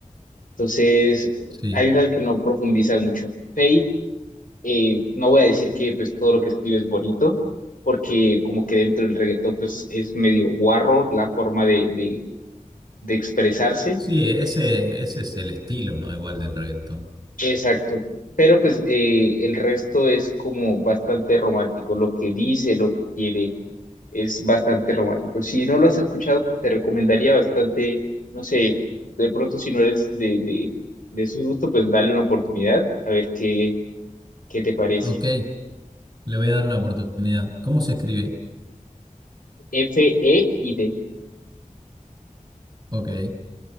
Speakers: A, on the left (about 85°); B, on the right (about 30°).
A: entonces
B: Sí.
A: hay unas que no profundizan mucho. Fate eh, no voy a decir que pues todo lo que escribe es bonito, porque como que dentro del reggaetón pues es medio guarro la forma de, de, de expresarse.
B: Sí, ese, ese es el estilo, ¿no? Igual del reggaetón.
A: Exacto. Pero pues eh, el resto es como bastante romántico. Lo que dice, lo que quiere, es bastante romántico. Si no lo has escuchado, te recomendaría bastante, no sé, de pronto si no eres de, de, de su gusto, pues dale una oportunidad a ver qué, qué te parece.
B: Ok, le voy a dar una oportunidad. ¿Cómo se escribe?
A: F, E y D.
B: Ok.